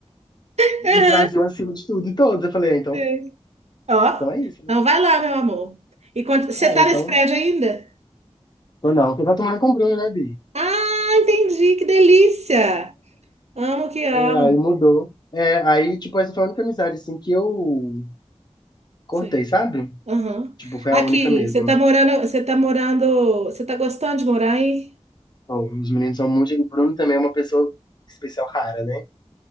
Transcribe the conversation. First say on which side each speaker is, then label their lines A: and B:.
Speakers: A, on the right; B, on the left.
A: aham,
B: e Brasil acima de tudo e todos. Eu falei, ah, então,
A: sei. Ó.
B: então é isso,
A: Então
B: né?
A: vai lá, meu amor. E quando... você
B: É,
A: tá
B: então,
A: nesse prédio ainda?
B: tô não, você tá tomando com o Bruno, né, Bi?
A: Ah, entendi, que delícia! Amo que amo.
B: É, aí mudou. É, aí, tipo, essa foi a única amizade, assim, que eu cortei,
A: Sei.
B: sabe?
A: Aham.
B: Tipo, foi
A: Aqui,
B: a única mesmo.
A: você tá morando, você tá morando, você tá gostando de morar aí?
B: Ó, os meninos são muito, o Bruno também é uma pessoa especial rara, né?